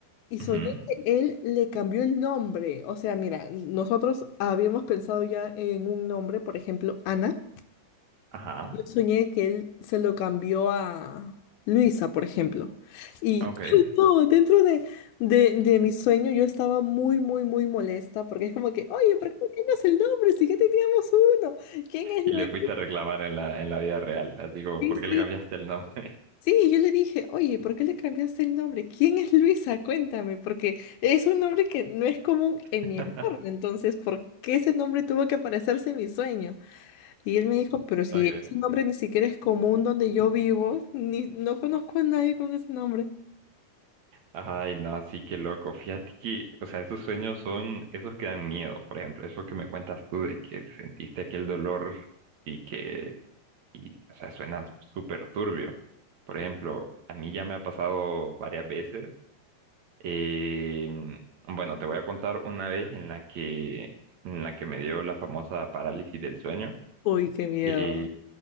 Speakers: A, on the left; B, on the right.
A: Y
B: ujú,
A: soñé que él le cambió el nombre. O sea, mira, nosotros habíamos pensado ya en un nombre, por ejemplo, Ana.
B: Ajá.
A: Yo soñé que él se lo cambió a Luisa, por ejemplo. Y
B: Ok.
A: ay, no, dentro de, de, de mi sueño yo estaba muy, muy, muy molesta porque es como que, oye, ¿por qué no cambias el nombre? Si ya teníamos uno. ¿Quién es Luisa?
B: Y le fuiste a reclamar en la, en la vida real. Así como,
A: sí
B: ¿por qué
A: sí
B: le cambiaste el nombre?
A: Sí, yo le dije, oye, ¿por qué le cambiaste el nombre? ¿Quién es Luisa? Cuéntame, porque es un nombre que no es común en
B: <laughs>
A: mi entorno, entonces, ¿por qué ese nombre tuvo que aparecerse en mi sueño? Y él me dijo, pero si
B: Okay.
A: ese nombre ni siquiera es común donde yo vivo, ni, no conozco a nadie con ese nombre.
B: Ay, no, sí, qué loco. Fíjate que, o sea, esos sueños son esos que dan miedo, por ejemplo, eso que me cuentas tú de que sentiste aquel dolor y que Y, o sea, suena súper turbio. Por ejemplo, a mí ya me ha pasado varias veces. Em, bueno, te voy a contar una vez en la que, en la que me dio la famosa parálisis del sueño.
A: Uy, qué miedo.
B: Y,